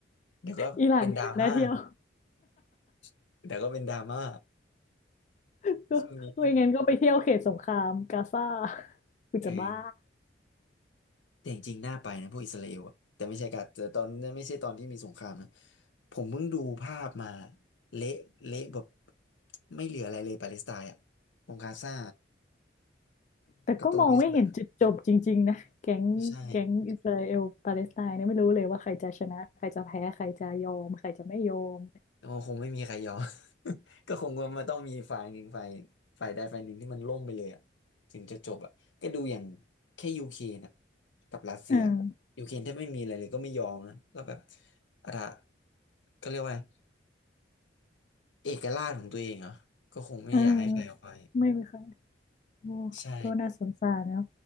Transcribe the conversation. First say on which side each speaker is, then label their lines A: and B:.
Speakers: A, on the left; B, on the left.
A: เดี๋ยวก็เป็นดราม่า
B: อิหร่านมีอะไรน่าเที่ยว
A: <laughs> เดี๋ยวก็เป็นดราม่า
B: <laughs> ก็ไม่งั้นก็ไปเที่ยวเขตสงครามกาซา
A: ช่วงนี้
B: <laughs> กูจะบ้า
A: เออแต่จริงๆน่าไปนะพวกอิสราเอลอะแต่ไม่ใช่กาแต่ตอนนั้นไม่ใช่ตอนที่มีสงครามนะผมเพิ่งดูภาพมาเละเละแบบไม่เหลืออะไรเลยปาเลสไตน์อะตรงกาซา
B: แต่ก็มองไม่เห็นจุดจบจริงๆนะแก๊งแก๊งอิสราเอลปาเลสไตน์เนี่ยไม่รู้เลยว่าใครจะชนะใครจะแพ้ใครจะยอมใครจะไม่ยอม
A: กับตรงเวสต์แบงก์ใช่ โอ้คงไม่มีใครยอม <laughs> ก็คงว่ามันต้องมีฝ่ายหนึ่งฝ่ายฝ่ายใดฝ่ายหนึ่งที่มันล่มไปเลยอะถึงจะจบอะก็ดูอย่างแค่ยูเครนอะกับรัสเซีย
B: เออ
A: ยูเครนแทบไม่มีอะไรเลยก็ไม่ยอมนะก็แบบอะไรก็เรียกว่าอะไรเอกราชของตัวเองเหรอก็คงไม่อยากให้ใครเอาไป
B: เออไม่ไหมคะ โอ้
A: ใช่
B: ก็น่าสงสารเนาะ